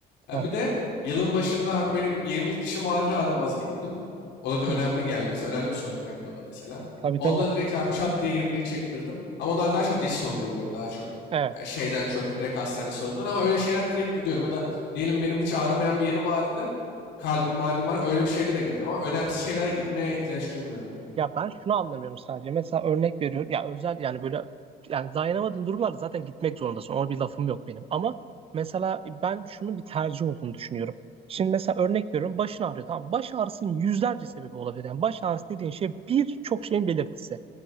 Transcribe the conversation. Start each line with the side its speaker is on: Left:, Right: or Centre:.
Left: Ha,
Right: Aha,
Left: bir de yılın başında abi benim 20'lik dişim ağrır ağrımaz gittim. O da önemli
Right: hı.
Left: geldi mesela. Önemli bir sorun geldi o da mesela.
Right: Tabii
Left: Onda
Right: tabii.
Left: da direkt abi çat diye 20'liği çektirdim. Ama onlar daha çok diş sorunuydu böyle daha çok.
Right: Evet.
Left: Yani şeyden çok direkt hastane sorunundan ama öyle şeylerde direkt gidiyorum. Ya da diyelim benim hiç ağrımayan bir yerim ağrıdı kalbim malum var. Öyle bir şeylere giderim ama önemsiz şeylere gitmeye ihtiyaç duymuyorum.
Right: Ya ben şunu anlamıyorum sadece. Mesela örnek veriyorum. Ya özel yani böyle yani dayanamadığın durumlarda zaten gitmek zorundasın. Ona bir lafım yok benim. Ama mesela ben şunun bir tercih olduğunu düşünüyorum. Şimdi mesela örnek veriyorum. Başın ağrıyor. Tamam. Baş ağrısının yüzlerce sebebi olabilir. Yani baş ağrısı dediğin şey birçok şeyin belirtisi.